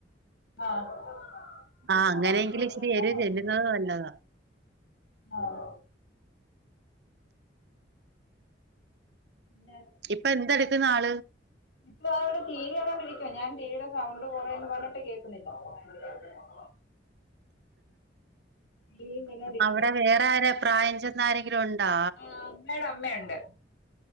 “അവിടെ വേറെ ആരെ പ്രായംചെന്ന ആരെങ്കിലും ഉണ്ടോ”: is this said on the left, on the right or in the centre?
Right